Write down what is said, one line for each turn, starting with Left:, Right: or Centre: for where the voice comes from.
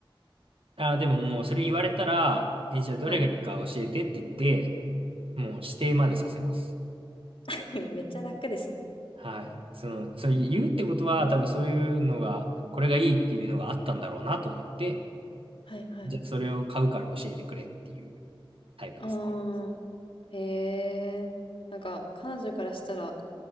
Right: あー、でももうそれ言われたら、え、じゃあどれがいいか教えてって言って、
Left: はい。
Right: もう指定までさせます。
Left: <laughs> めっちゃ楽ですね。
Right: はい。その、そう言うってことは、多分そういうのが、これがいいっていうのがあったんだろうなと思って、
Left: はいはい。
Right: じゃあそれを買うから教えてくれっていうタイプですね。
Left: ああ。へえ。なんか彼女からしたら